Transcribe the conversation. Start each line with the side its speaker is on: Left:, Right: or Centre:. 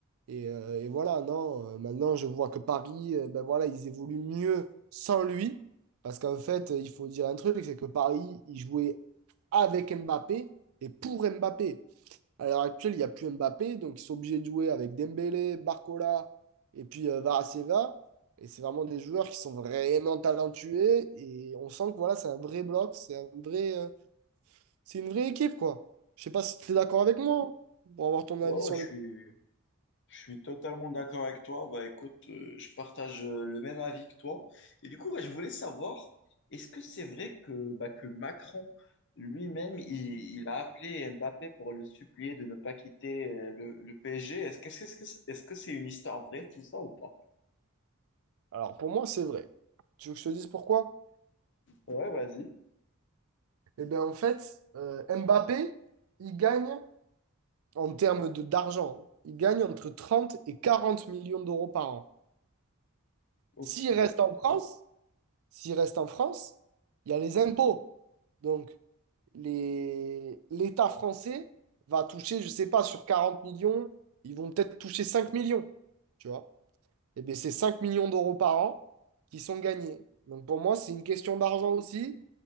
Right: Et, euh, et voilà, non, euh, maintenant, je vois que Paris, euh, ben voilà, ils évoluent mieux sans lui. Parce qu'en fait, il faut dire un truc, c'est que Paris, il jouait avec Mbappé et pour Mbappé. À l'heure actuelle, il n'y a plus Mbappé, donc ils sont obligés de jouer avec Dembélé, Barcola et puis euh, Varaseva. Et c'est vraiment des joueurs qui sont vraiment talentueux et on sent que voilà, c'est un vrai bloc, c'est un vrai, euh, c'est une vraie équipe, quoi. Je sais pas si tu es d'accord avec moi hein, pour avoir ton
Left: Ouais,
Right: avis
Left: ouais,
Right: sur
Left: je
Right: le.
Left: suis, je suis totalement d'accord avec toi. Bah écoute, euh, je partage euh, le même avis que toi. Et du coup, ouais, je voulais savoir, est-ce que c'est vrai que, bah, que Macron lui-même, il, il a appelé Mbappé pour le supplier de ne pas quitter euh, le, le PSG? Est-ce que, est-ce que, est-ce que c'est une histoire vraie, tout ça, ou pas?
Right: Alors pour moi, c'est vrai. Tu veux que je te dise pourquoi?
Left: Ouais, vas-y.
Right: Eh bien, en fait, euh, Mbappé, il gagne en termes de d'argent, il gagne entre 30 et 40 millions d'euros par an.
Left: Ok.
Right: S'il reste en France, S'il reste en France, il y a les impôts. Donc, les... l'État français va toucher, je ne sais pas, sur 40 millions, ils vont peut-être toucher 5 millions. Tu vois? eh bien, c'est 5 millions d'euros par an qui sont gagnés. Donc pour moi, c'est une question d'argent aussi.